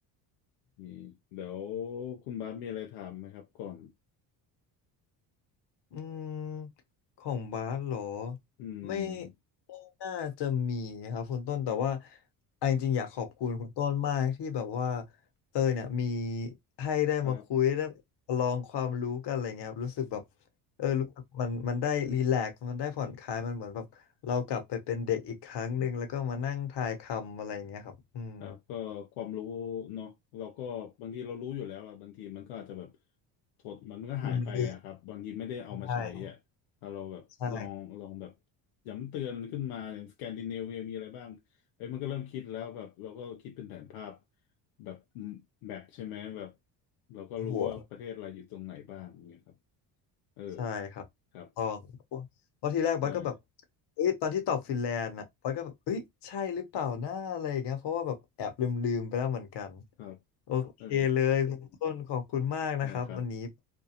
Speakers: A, on the left (about 75°); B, on the left (about 55°).
A: มีเดี๋ยวคุณบาสมีอะไรถามไหมครับก่อน
B: อืมของบาสเหรอ
A: อืม
B: ไม่ไม่น่าจะมีครับคุณต้นแต่ว่าออนจริงๆอยากขอบคุณคุณต้นมากที่แบบว่าเออเนี่ยมีให้ได้มาคุยได้
A: ครับ
B: ลองความรู้กันอะไรเงี้ยครับรู้สึกแบบเออรู้สึกมันมันได้รีแลกซ์มันได้ผ่อนคลายมันเหมือนแบบเรากลับไปเป็นเด็กอีกครั้งหนึ่งแล้วก็มานั่งทายคำอะไรเงี้ยครับอืม
A: ครับก็ความรู้เนาะเราก็บางทีเรารู้อยู่แล้วอะบางทีมันก็อาจจะแบบถดมันก็หายไปอะครับบางทีไม่ได้เอามาใช้อะถ้าเราแบบลองลองแบบ
B: มันลืมได้ใช่
A: ย้ำเตือนขึ้นมาอย่างสแกนดิเนเวียมีอะไรบ้างเอ้ยมันก็เริ่มคิดแล้วแบบเราก็คิดเป็นแผนภาพแบบแมปใช่ไหมแบบเราก็รู้ว่าประเทศอะไรอยู่ตรงไหนบ้างอย่างเงี้ยครับ
B: หัว
A: เออ
B: ใช่ครับต้อง
A: ครับ
B: เพราะที่แรกบัสก็แบบ
A: ได้
B: เอ้ยตอนที่ตอบฟินแลนด์อ่ะบัสก็แบบเอ้ยใช่หรือเปล่าหน้าอะไรอย่างเงี้ยเพราะว่าแบบแอบลืมลืมไปแล้วเหมือนกัน
A: ครับ
B: โอเคเลยคุณต้นขอบคุณมากนะครับวันนี้
A: เออได้ครับ